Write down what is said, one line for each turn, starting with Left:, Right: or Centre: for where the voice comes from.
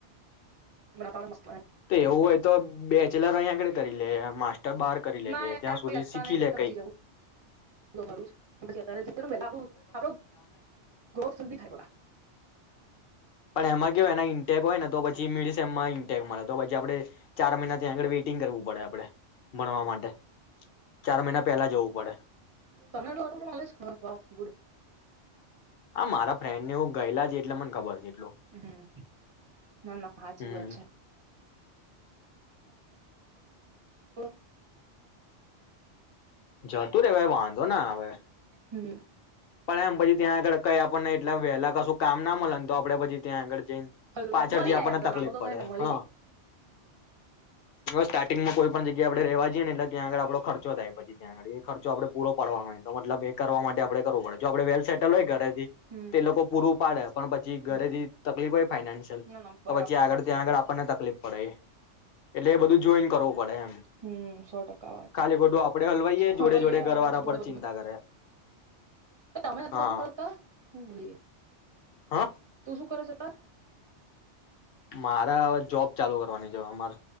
Right: મ તો.
Left: તે એવું હોય તો બે. <inaudible> અહીં આગળ કરી લે માસ્ટર બાર કરી લેજે
Right: ના યાર
Left: ત્યાં સુધી
Right: પછી અત્યારે
Left: શીખી
Right: નહીં
Left: લે
Right: તો
Left: કઈક.
Right: પછી જવું તો ખરું જ પછી અત્યારે જતી રહું ને વેલા આપણું આપણો ગ્રોથ જલ્દી થાય બકા
Left: પણ એમાં કેવુ એના ઇન્ટેક હોય ને તો પછી મીડ સેમમાં ઇન્ટેક મળે. તો પછી આપડે ચાર મહિના ત્યાં આગળ વેઇટિંગ કરવું પડે આપડે ભણવા માટે. ચાર મહિના પહેલા જવું પડે
Right: તમને આટલું બધું નોલેજ? Wow good.
Left: આ મારા ફ્રેન્ડને એવું. ગયેલા છે એટલે મને ખબર છે એટલું.
Right: હમ ના ના હાચી
Left: હમ
Right: વાત છે. <unintelligible>
Left: જતું રેવાય વાંધો ના આવે.
Right: હમ્મ.
Left: પણ એમ પછી ત્યાં આગળ કઈ આપણને એટલે વહેલા કશુંક કામ ના મલે ને તો આપડે પછી ત્યાં આગળ.
Right: હલવાય
Left: પાછળથી
Right: મળી
Left: આપણને
Right: જાય આમ તો
Left: તકલીફ
Right: ગામનું તો
Left: પડે
Right: કઈને મળી
Left: હ.
Right: જાય
Left: સ્ટાર્ટિંગમાં કોઈ પણ જગ્યા આપડે રેવા જઈએ ને એટલે્ ત્યાં આગ આપો ખર્ચો થાય પછી ત્યાં આગ એ ખર્ચ આપે પૂરો પડવાનોય તો મતલબ એ કરવા માટે આપણે. કરવું પડ જો આપેલ સેલ હોય. ઘરે
Right: હમ
Left: તે લોકો પૂરું પાડે પણ પછી ઘરેથી
Right: હમ
Left: તકલીફ હોય ફાઈનાન્શિયલ
Right: ના ના બરાબર
Left: તો પછી આગળ
Right: સાચી
Left: ત્યાં
Right: વાત
Left: આગળ
Right: છે
Left: આપણને તકલીફ પડે. એટલે એ બધું જોઈન કરવું પડે એમ.
Right: હમ સો ટકા વાત
Left: ખાલી ખોટું આપડે હલવાઈએ
Right: હલવાઈ
Left: જોડે જોડે ઘર
Right: અને
Left: વાળા
Right: પછી જોડે
Left: પણ
Right: બધું
Left: ચિંતા કરે.
Right: <unintelligible>
Left: હા
Right: હું બોલી ગઈ
Left: હા
Right: તો શું. <unintelligible>
Left: મારે હવે જોબ ચાલુ કરવાની છે મારે.